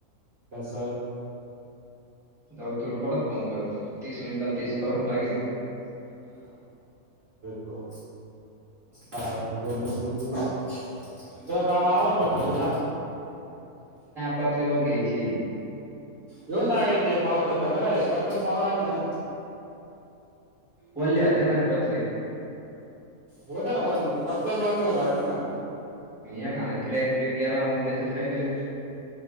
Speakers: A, on the right; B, in the centre.
A: कस
B: जाऊ तुला पटत फोन करतो तीस मिनिटात तीस करून टाकेतो
A: हो दोन दोन तीन तीन तुझ काम आवडलं ना तुझ
B: पात्रे वर घ्यायचे
A: घेऊन टाकायचे पावसा त्याला काय पट्रल मार आहेहिले ना
B: वलि त्यांनारी पात्री
A: होत ना वल् फत्रच वल्ले राहिलं ना
B: या का क्रॅक ब्रेक गेला मग त्याच्यात काय करीत.